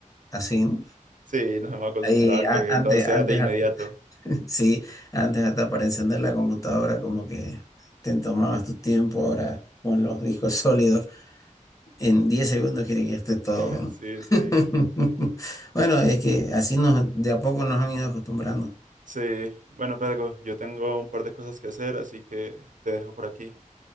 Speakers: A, on the left; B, on the right.
A: así, ¿no?
B: Sí, nos hemos acostumbrado
A: Ahí
B: a
A: a-
B: que
A: antes,
B: todo sea
A: antes,
B: de inmediato.
A: a- <laughs> sí, antes hasta para encender la computadora como que te tomabas tu tiempo, ahora con los discos sólidos, en 10 segundos quiere que ya esté todo,
B: <laughs>
A: ¿no?
B: Sí,
A: <laughs>
B: sí.
A: Bueno, es que así nos, de a poco nos han ido acostumbrando.
B: Sí, bueno, Pedro, yo tengo un par de cosas que hacer, así que te dejo por aquí.